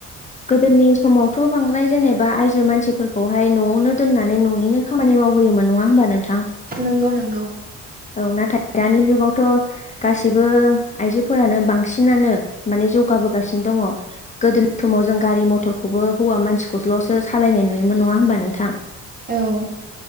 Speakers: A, on the left; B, on the right.
A: गोदोनि समाव थ बांद्राय जेनेबा आइजो मानसिफोरखौहाय नआवनो दोननानै न'निनो खामानि मावहोयोमोन नङा होमबा नोंथां
B: नंगौ नंगौ
A: औ नाथाय दानि जुगावथ गाससिबो आइजोफोरानो बांसिनानो माने ज गाबोगासिनो दङ गोदोनिनि समाव जों गारि मथरखौबो हौवा मानसिखौल ' सालायनाय नुयोमोन नङा होमबा नोंथां
B: औ